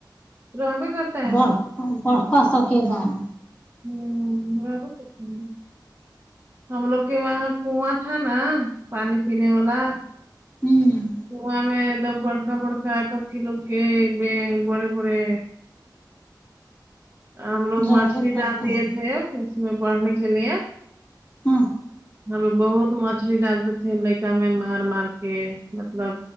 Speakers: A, on the right; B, on the left.
A: رہو کرتے <unintelligible>
B: واہ اور کا سا کے بات
A: ہمم آپ <unintelligible> ہم لوگ کے وہاں کواں تھا نا پانی پینے والا
B: ہمم
A: کواں میں ایک دم بڑکا بڑکا کر کی لگے بڑے بڑے ہم لوگ
B: جاگے
A: مچھلی
B: کرتے
A: ڈال دیے
B: ہیں
A: تھے اس میں بڑھنے کے لیے
B: ہمم
A: ہم لوگ بہت مچھلی ڈالتے تھے لائکا میں مار مار کے مطلب